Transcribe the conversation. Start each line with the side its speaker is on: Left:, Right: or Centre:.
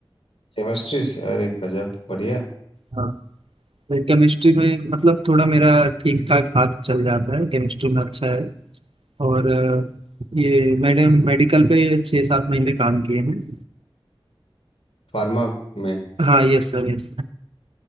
Left: केमिस्ट्री से अरे गजब बढ़िया
Right: हाँ तो केमिस्ट्री में मतलब थोड़ा मेरा ठीक ठाक हाथ चल जाता है केमिस्ट्री में अच्छा है और अ, ये मैंने मेडिकल पे छः सात महीने काम किए हैं
Left: फार्मा में
Right: हाँ यस सर यस